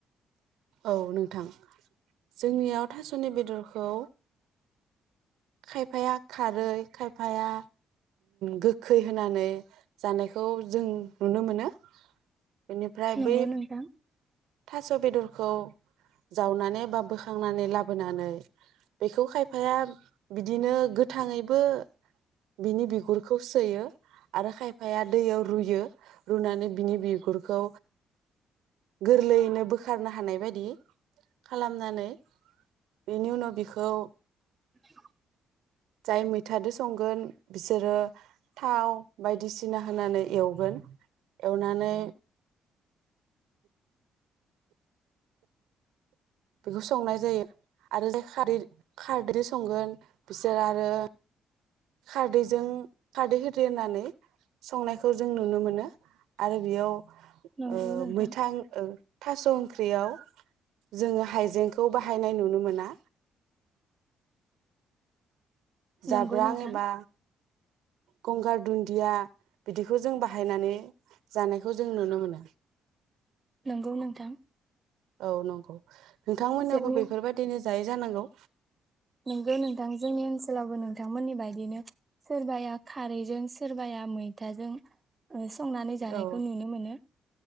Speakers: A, on the right (about 85°); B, on the right (about 30°).
A: औ नोंथां जोंनियाव थास'नि बेदर खौ खायफाया खारै खायफाया गोखै होनानै जानायखौ जों नुनो मोनो बेनिफ्राय
B: नंगौ
A: बै
B: नोंथां
A: थास' बेदरखौ जावनानै बा बोखांनानै लाबोनानै बेखौ खायफाया बिदिनो गोथांङैबो बिनि बिगुरखौ सोयो आरो खायफाया दैयाव रुयो रुनानै बिनि बिगुरखौ गोरलैयैनो बोखारनो हानाय बायदि खालामनानै बेनि उनाव बिखौ
B: <inaudible>
A: जाय मैथादो संगोन बिसोरो थाव बायदिसिना होनानै एवगोन एवनानै बेखौ संनाय जायो आरो जाय खारै खारदै संगोन बिसोर आरो खारदैजों खारदै होदो होननानै संनायखौ जों नुनो मोनो आरो बेयाव
B: नंगौ
A: ओं
B: नोंथां
A: मैथां ओ थासं ख्रियाव जोंङो हाइजेंखौ बाहायनाय नुनो मोना जाब्रां
B: नंगौ नोंथां
A: एबा गंगार दुन्दिया बिदिखौ जों बाहायनानै जानायखौ जों नुनो मोनो
B: नंगौ नोंथां
A: औ नंगौ नोंथांमोनावबो
B: जोंनि
A: बेफोरबायदिनो जायो जानांगौ
B: नोंगौ नोंथां जोंनि ओनसोलावबो नोंथांमोननि बायदिनो सोरबाया खारैजों सोरबाया मैथाजों संनानै जानायखौ
A: औ
B: नुनो मोनो